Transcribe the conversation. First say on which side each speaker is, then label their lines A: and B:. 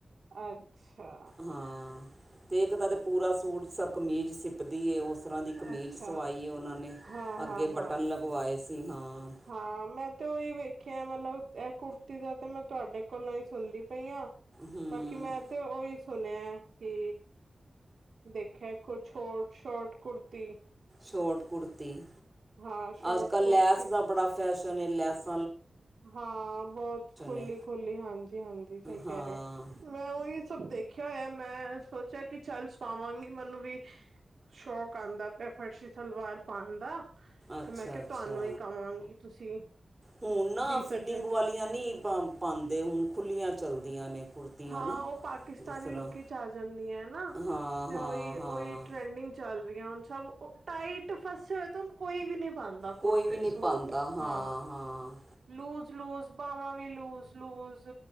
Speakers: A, on the right; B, on the right.
A: ਅੱਛਾ।
B: ਹਾਂ ਤੇ ਏੱਕ ਦਾ ਤੇ ਪੂਰਾ ਸੂਟ ਸਾ ਕਮੀਜ ਸਿਪਦੀ ਏ ਓਸ ਤਰ੍ਹਾਂ ਦੀ ਕਮੀਜ
A: ਅੱਛਾ
B: ਸਵਾਈ ਏ ਓਨਾਂ ਨੇ।
A: ਹਾਂ
B: ਅੱਗੇ
A: ਹਾਂ
B: ਬਟਨ
A: ਹਾਂ
B: ਲਗਵਾਏ ਸੀ, ਹਾਂ।
A: ਹਾਂ ਮੈਂ ਤੇ ਓਈ ਵੇਖੇਐ ਮਤਲਬ ਐ ਕੁਰਤੀ ਦਾ ਤੇ ਮੈਂ ਤੁਆਡੇ ਕੋਲੋਂ ਈ ਸੁਨਦੀ ਪਈ ਆਂ।
B: ਹੂੰ
A: ਬਾਕੀ ਮੈਂ ਤੇ ਉਹੀ ਸੁਣਿਆ ਕਿ ਦੇਖਿਆ ਕੂਛ ਹੋਰ ਸੋ਼ਟ ਕੁਰਤੀ।
B: ਸ਼ੋਟ ਕੁੜਤੀ,
A: ਹਾਂ ਸ਼ੋਟ
B: ਅੱਜ ਕੱਲ
A: ਕੁੜਤੀ
B: ਲੈਸ ਦਾ ਬੜਾ ਫੈਸ਼ਨ ਹੈ, ਲੈਸ।
A: ਹਾਂ ਬਹੁਤ ਖੁਲੀ-
B: ਏ
A: ਖੁਲੀ ਹਾਂਜੀ- ਹਾਂਜੀ ਸਹੀ ਕਹਿ
B: ਹਾਂ
A: ਰਹੇ ਹੋ। ਮੈਂ ਉਹੀ ਸਭ ਦੇਖਿਆ ਹੋਇਆ, ਮੈਂ ਸੋਚਿਆ ਕਿ ਚੱਲ ਸੁਵਾਵਾਂਗੀ ਮੈਨੂੰ ਵੀ ਸ਼ੌਕ ਆਦਾ ਪੈਆ ਫਰਸ਼ੀ ਸਲਵਾਰ ਪਾਉਣ ਦਾ।
B: ਅੱਛਾ
A: ਤੇ ਮੈਂ ਕਿਹਾ
B: ਅੱਛਾ
A: ਤੁਹਾਨੂੰ ਇ ਕਵਾਂਗੀ, ਤੁਸੀਂ
B: ਹੁਣ ਨਾ
A: ਸੀ ਸਕਦੇ
B: ਫਿਟਿੰਗ
A: ਹੋ
B: ਵਾਲੀਆਂ ਨੀ ਪਾ ਪਾਂਦੇ, ਹੁਣ ਖੁੱਲੀਆਂ ਚੱਲਦੀਆਂ ਨੇ। ਕੁੜਤੀਆਂ
A: ਹਾਂ,
B: ਨਾ
A: ਉਹ ਪਾਕਿਸਤਾਨੀ
B: ਜਿਸ ਤਰ੍ਹਾਂ
A: ਲੁੱਕ ਵਿਚ ਆ ਜਾਂਦੀਆਂ ਐ ਹਨਾ,
B: ਹਾਂ
A: ਤੇ
B: ਹਾਂ
A: ਉਹੀ-
B: ਹਾਂ
A: ਉਹੀ ਟਰੈਂਡਿੰਗ ਚੱਲ ਰਹੀਆਂ ਹੁਣ ਸਭ ਉਹ, ਟਾਈਟ ਫਸੇ ਹੋਏ ਤੇ ਹੁਣ ਕੋਈ ਵੀ ਨੀ ਪਾਂਦਾ
B: ਕੋਈ
A: ਕੁੜਤੇ
B: ਵੀ ਨਹੀਂ
A: ਸੂਟ,
B: ਪਾਉਂਦਾ
A: ਹਾਂ।
B: ਹਾਂ
A: ਲੂਜ਼- ਲੂਜ ਬਾਵਾਂ ਵੀ ਲੂਜ- ਲੂਜ਼।